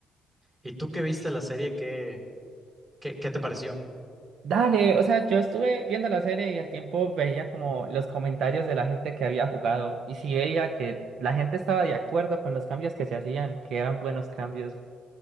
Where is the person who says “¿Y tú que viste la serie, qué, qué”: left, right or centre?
Right